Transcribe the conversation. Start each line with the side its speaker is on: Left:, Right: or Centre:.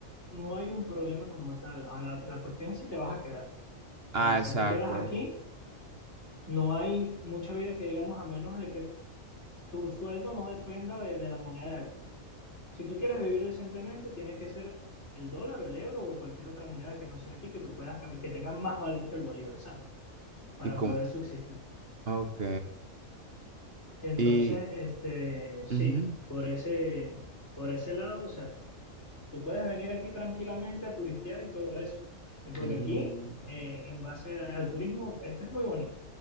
Left: no hay un problema como tal. A la, la cuestión es si te vas a quedar. O sea,
Right: Ah,
Left: si
Right: exacto.
Left: te quedas aquí, no hay mucha vida que digamos, a menos de que tu sueldo no dependa de, de la moneda de aquí. Si tú quieres vivir decentemente, tiene que ser el dólar o el euro o cualquier otra moneda que no sea aquí que tú puedas cambiar, que tenga más valor que el bolívar, ¿sabes? Para
Right: Y como,
Left: poder subsistir.
Right: ok.
Left: Entonces,
Right: Y,
Left: este, sí,
Right: ujú.
Left: por ese, por ese lado, o sea, tú puedes venir aquí tranquilamente a turistear y todo eso. Y Porque
Right: Mm.
Left: aquí, eh, en base al turismo, esto es muy bonito,